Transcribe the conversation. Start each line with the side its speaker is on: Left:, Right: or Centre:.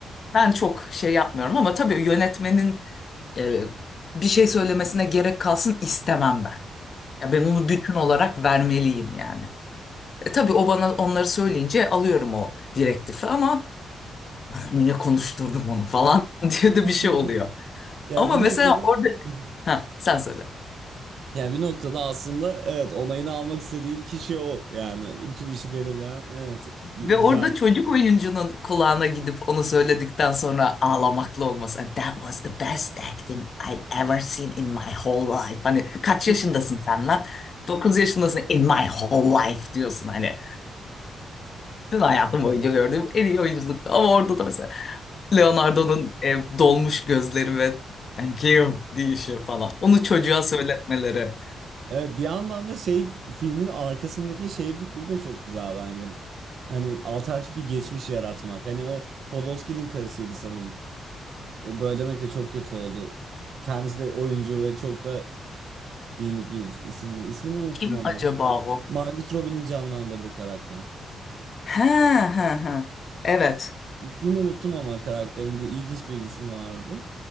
Left: Ben çok şey yapmıyorum ama tabii yönetmenin e, bir şey söylemesine gerek kalsın istemem ben. Ya ben onu bütün olarak vermeliyim yani. E, tabii o bana onları söyleyince alıyorum o direktifi ama <clears throat> niye konuşturdum onu falan <laughs>
Right: <laughs>
Left: diye de bir şey oluyor.
Right: <laughs> Yani
Left: Ama
Right: bir
Left: mesela
Right: noktada
Left: orada...
Right: <laughs>
Left: Ha, sen söyle.
Right: yani bir noktada aslında evet onayını almak istediğin kişi o. Yani bütün işi belirleyen evet güzel.
Left: Ve orada çocuk oyuncunun kulağına gidip onu söyledikten sonra ağlamaklı olması. "And That was the best acting I've ever seen in my whole life. Hani kaç
Right: <laughs>
Left: yaşındasın sen lan? 9 yaşındasın in my whole life diyorsun hani. Bütün hayatım boyunca gördüğüm en iyi oyunculuktu. Ama orada da mesela Leonardo'nun e, dolmuş gözleri ve thank you deyişi falan. Onu çocuğa söyletmeleri.
Right: Evet bir yandan da şey filmin arkasındaki şey fikri de çok güzel bence. Hani alternatif bir geçmiş yaratmak. Hani o Podolski'nin karısıydı sanırım. E, Böyle demek de çok kötü oldu. Kendisi de oyuncu ve çok da bilindik bir is- isimdi. İsmini unuttum
Left: Kim
Right: ama.
Left: acaba o?
Right: Margot Robbie'nin canlandırdığı karakter.
Left: He he he. Evet.
Right: İsmini unuttum ama karakterin ilginç bir ismi vardı.